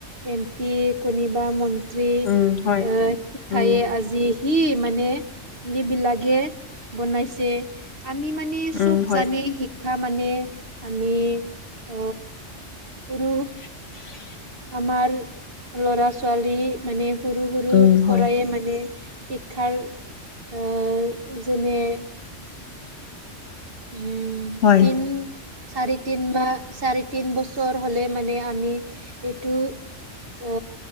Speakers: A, on the right; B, on the left.
A: এম পি কোনিবা মন্ত্ৰী
B: উম হয়
A: অ, শিক্ষায়ে
B: উম
A: আজি সি মানে সি বিলাকে বনাইছে। আমি মানে চব
B: উম হয়
A: জানে শি কথা মানে আমি অ, সৰু
B: <inaudible>
A: আমাৰ ল'ৰা ছোৱালী মানে সৰু-সৰুৰ
B: উম হয়
A: পৰাই মানে শিক্ষাৰ অ, যেনে উম,
B: হয়
A: কিন চাৰি তিন মাহ চাৰি তিন বছৰ হ'লে মানে আমি এইটো অ,